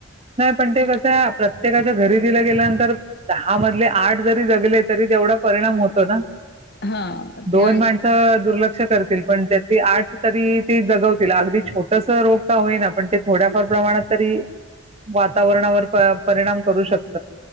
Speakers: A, on the right (about 35°); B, on the left (about 60°).
A: नाही. पण ते कसं आहे प्रत्येकाच्या घरी दिल गेल्यानंतर दहा मधले आठ जरी जगले तरी तेवढा परिणाम होतो ना.
B: हा ते
A: दोन
B: आहे
A: माणसं दुर्लक्ष करतील पण त्यातली आठ तरी ते जगवतील अगदी छोटस रोप का होईना पण ते थोड्याफार प्रमाणात तरी वातावरणावर प परिणाम करू शक